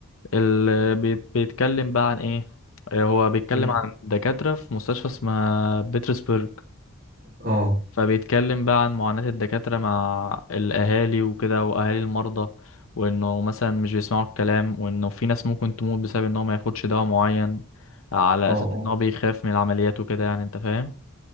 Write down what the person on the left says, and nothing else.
اللي بيت- بيتكلم بقى عن ايه آه، هو بيتكلم
عن دكاترة في مستشفى اسمها بيترسبرج
فبيتكلم بقى عن معاناة الدكاترة مع الأهالي وكده وأهالي المرضى وإنه مثلا مش بيسمعوا الكلام وإنه في ناس ممكن تموت بسبب إن هو ما ياخدش دواء معين على
أساس
إن هو بيخاف من العمليات وكده يعني أنت فاهم